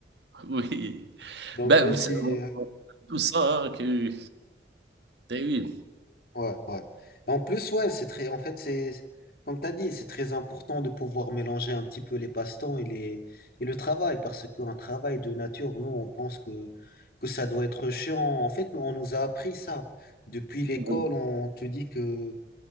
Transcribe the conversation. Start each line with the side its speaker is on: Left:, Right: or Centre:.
Right: <laughs> oui.
Left: Donc,
Right: Ben,
Left: même
Right: c'est
Left: si
Right: vraiment tout ça, hein, que beh, oui,
Left: Ouais, ouais. En plus, ouais, c'est très, en fait, c'est, comme tu as dit, c'est très important de pouvoir mélanger un petit peu les passe-temps et les, et le travail, parce qu'un travail de nature, nous, on pense que, que ça doit être chiant. En fait, nous, on nous a appris ça. Depuis l'école,
Right: oui,
Left: on te dit que,